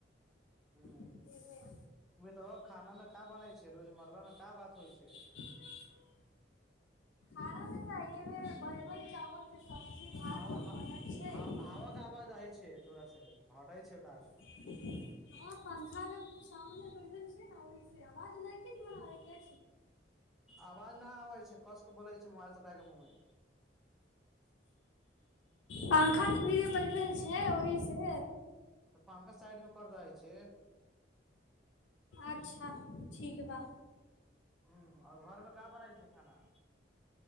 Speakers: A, in the centre; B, on the left (about 85°).
A: हूं।
B: एहिबेर
A: इ बताउ खाना में क बनाै छै रोजमर्रा में का बात होइ छै।
B: <unintelligible> खानामे तऽ एहि बेर बैगन चावलके सब्जी भात
A: हवा ह
B: बनल छै।
A: ह हवा आवाज रहइ छै तोड़ा से हटै छै त।
B: <unintelligible> ह पंखा के सामने बैठल छीए न ओहि से आवाज लेकीन बनाबे।
A: आवाज नहि आबै छै कस के बोलै छै मोबाइल सटा के मुँहमे।
B: पंखा तऽ भीड़े बैठल छै ओहि से।
A: तऽ पंखा साइड मे कर दइ छै।
B: अच्छा ठीक हे बा।
A: हूं आओर घरमे का बनल छै खाना।